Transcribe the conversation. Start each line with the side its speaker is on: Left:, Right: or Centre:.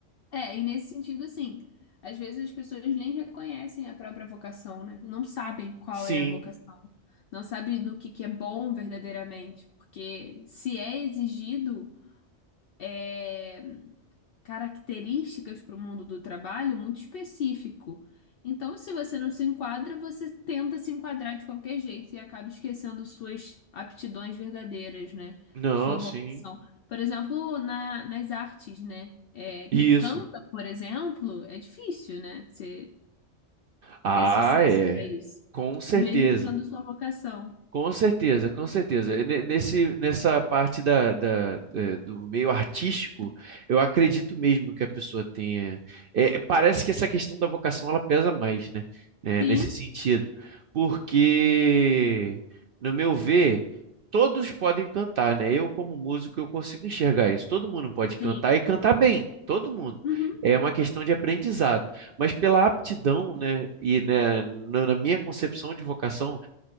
Left: É, e nesse sentido, assim, às vezes as pessoas nem reconhecem a própria vocação, né? Não sabem qual
Right: Sim,
Left: é a vocação. Não sabem no que que é bom verdadeiramente. Porque se é exigido, é, características para o mundo do trabalho muito específico. Então, se você não se enquadra, você tenta se enquadrar de qualquer jeito e acaba esquecendo suas aptidões verdadeiras, né?
Right: não,
Left: Sua
Right: sim.
Left: vocação. Por exemplo, na- nas artes, né? É, quem
Right: Isso.
Left: canta, por exemplo, é difícil, né? Você
Right: Ah,
Left: ter sucesso
Right: é.
Left: para isso,
Right: Com certeza.
Left: mesmo sendo sua vocação.
Right: Com certeza, com certeza. ne- Nesse, nessa parte da, da- eh, do meio artístico, eu acredito mesmo que a pessoa tenha. eh, parece que essa questão da vocação ela pesa mais, né? Eh,
Left: Sim,
Right: nesse sentido. Porque, no meu ver, todos podem cantar, né? Eu, como músico, eu consigo enxergar isso. Todo mundo pode cantar
Left: sim.
Right: e cantar bem. Todo mundo.
Left: Uhum.
Right: É uma questão de aprendizado. Mas pela aptidão, né? E né, na na minha concepção de vocação